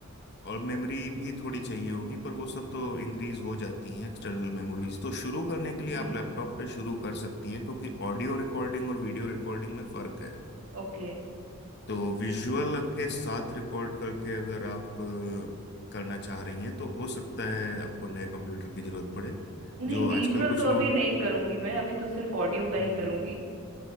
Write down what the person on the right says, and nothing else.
जी
ओके
नहीं
विजुअल
तो
अभी नहीं करूंगी मैं अभी तो सिर्फ ऑडियो का ही
करूंगी